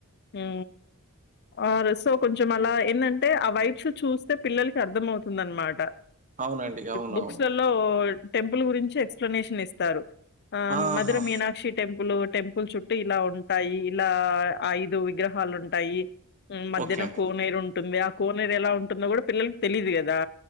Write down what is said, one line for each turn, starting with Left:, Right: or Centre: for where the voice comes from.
Left: ఉ ఆ సో కొంచం అలా ఏందంటే ఆ వైబ్స్ చూస్తే పిల్లలకి అర్ధం అవుతుందీ అన్నమాట
Right: అవునండి అవునవును
Left: బుక్స్ లలో టెంపుల్ గురించి ఎక్స్ప్లనేషన్ ఇస్తారు ఆ
Right: ఆహా
Left: మధుర మీనాక్షి టెంపుల్ టెంపుల్ చుట్టూ ఇలా ఉంటాయి ఇలా ఐయ విగ్రహాలు ఉంటాయి మద్యనా
Right: ఓకే అండి
Left: కోనేరు ఉంటుంది ఆ కోనేరు ఎలా ఉంటుందో కూడా పిల్లల తెలీదు కదా